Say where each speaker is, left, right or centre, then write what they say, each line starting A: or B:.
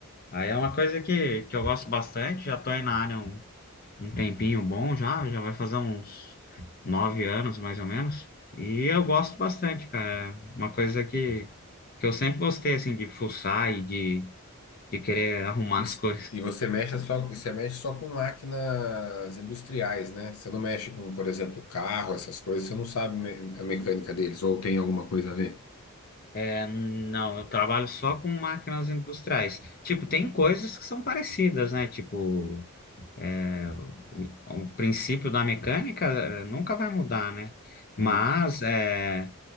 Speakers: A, on the left; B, on the left.
A: Aí é uma coisa que, que eu gosto bastante, já tô aí na área um, um tempinho bom já, já vai fazer uns nove anos mais ou menos. E eu gosto bastante, cara. É Uma coisa que, que eu sempre gostei, assim, de fuçar e de, de querer arrumar
B: E, s-
A: as <laughs> coisas.
B: e você mexe só, você mexe só com máquinas industriais, né? Você não mexe com, por exemplo, carro, essas coisas, você não sabe me- a mecânica deles, ou tem alguma coisa a ver?
A: É, não, eu trabalho só com máquinas industriais. Tipo, tem coisas que são parecidas, né? Tipo, é, o, o princípio da mecânica eh, nunca vai mudar, né? Mas,
B: Hum,
A: é